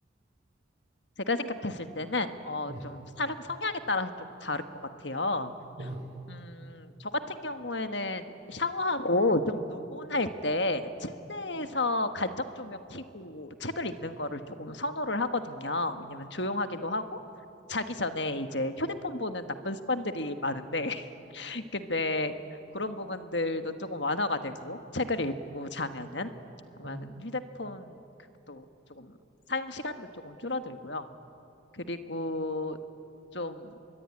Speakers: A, on the left; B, on the right.
A: 제가 생각했을 때는, 어,
B: 네.
A: 좀 사람 성향에 따라서 조금 다를 것 같아요.
B: 네.
A: 음, 저 같은 경우에는 샤워하고 좀 노곤할 때 침대에서 간접 조명 켜고 책을 읽는 거를 조금 선호를 하거든요. 왜냐면 조용하기도 하고 자기 전에 이제 휴대폰 보는 나쁜 습관들이 많은데 <laughs> 근데 그런 부분들도 조금 완화가 되고 책을 읽고 자면은 자면은
B: 네.
A: 휴대폰 도 조금 사용 시간도 조금 줄어들고요. 그리고 좀